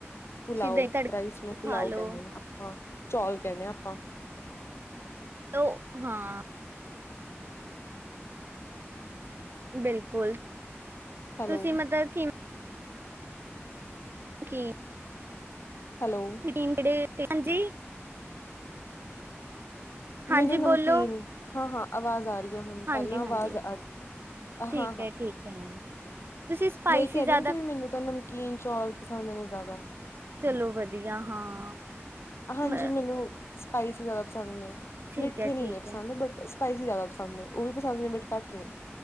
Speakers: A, on the right; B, on the left.
A: ਤੁਸੀਂ
B: ਪੁਲਾਓ
A: ਦਹੀਂ ਤੜਕਾ
B: ਰਾਈਸ ਨੂੰ ਪੁਲਾਓ
A: ਖਾ ਲਓ
B: ਕਹਿੰਦੇ ਨੇ, ਆਪਾਂ ਚੌਲ ਕਹਿੰਣੇ ਹ ਆਪਾਂ।
A: ਉਹ ਹਾਂ ਬਿਲਕੁਲ
B: ਹੈਲੋ
A: ਤੁਸੀਂ ਮਤਲਬ ਕਿ ਕੀ
B: ਹੈਲੋ
A: <unintelligible> ਹਾਂਜੀ।
B: ਮੈਨੂੰ
A: ਹਾਂਜੀ
B: ਨਮਕੀਨ
A: ਬੋਲੋ
B: ਹਾਂ, ਹਾਂ ਆਵਾਜ਼ ਆ ਰਹੀ ਹੈ ਹੁਣ
A: ਹਾਂਜੀ
B: ਪਹਿਲਾਂ ਆਵਾਜ਼
A: ਹਾਂਜੀ
B: ਆ
A: ਠੀਕ
B: ਹਾਂ ਹਾਂ
A: ਹੈ-ਠੀਕ ਹੈ। ਤੁਸੀਂ ਸਪਾਈਸੀ
B: ਮੈਂ ਇਹ ਕਹਿ
A: ਜ਼ਿਆਦਾ
B: ਰਹੀ ਹਾਂ ਕਿ ਵੀ ਮੈਨੂੰ ਤਾਂ ਨਮਕੀਨ ਚੌਲ ਪਸੰਦ ਨੇ ਜਾਦਾ।
A: ਚਲੋ ਵਧੀਆ ਹਾਂ।
B: ਹਾਂਜੀ
A: ਮ
B: ਮੈਨੂੰ ਸਪਾਈਸੀ ਜਾਦਾ ਪਸੰਦ ਨੇ
A: ਠੀਕ
B: ਮਿੱਠੇ
A: ਹੈ ਠੀਕ
B: ਨੀ ਇੰਨੇ ਪਸੰਦ
A: ਹੈ
B: ਬਟ ਸਪਾਈਸੀ ਜਾਦਾ ਪਸੰਦ ਨੇ ਉਹ ਵੀ ਪਸੰਦ ਨੇ ਬਟ ਘੱਟ ਨੇ।